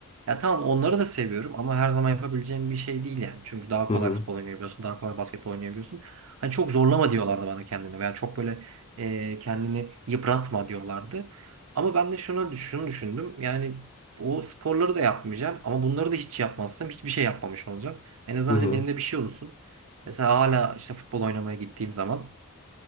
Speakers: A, on the right; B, on the left.
A: Ya tamam onları da seviyorum ama her zaman yapabileceğim bir şey değil yani. Çünkü daha
B: hı
A: kolay
B: hı,
A: futbol oynayabiliyorsun, daha kolay basketbol oynayabiliyorsun. Hani çok zorlama diyorlardı bana kendine veya çok böyle e, kendini yıpratma diyorlardı. Ama ben de şunu, şunu düşündüm. Yani o sporları da yapmayacağım ama bunları da hiç yapmazsam hiçbir şey yapmamış olacağım. En azından
B: hı hı,
A: dedim elimde bir şey olsun. Mesela hala işte futbol oynamaya gittiğim zaman